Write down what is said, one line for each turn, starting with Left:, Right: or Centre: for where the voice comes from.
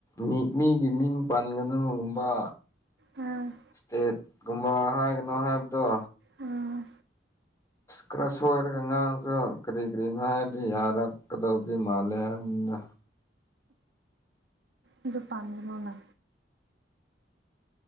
Left: ꯃꯤ ꯃꯤꯒꯤ ꯃꯤꯡ ꯄꯥꯟꯒꯅꯨꯒꯨꯝꯕ
Right: ꯑ
Left: ꯏꯁꯇꯦꯠ ꯀꯨꯝꯕ ꯍꯥꯏꯒꯅꯣ ꯍꯥꯏꯕꯗꯣ
Right: ꯎꯝ
Left: ꯈꯔ ꯁꯣꯏꯔꯒ ꯑꯉꯥꯡꯁꯨ ꯀꯔꯤ ꯀꯔꯤꯅꯣ ꯍꯥꯏꯔꯗꯤ ꯌꯥꯔꯛꯀꯗꯧꯗꯤ ꯃꯥꯜꯂꯦ ꯍꯥꯏꯕꯅꯤꯅ
Right: ꯑꯗꯨ ꯄꯥꯟꯒꯅꯣꯅ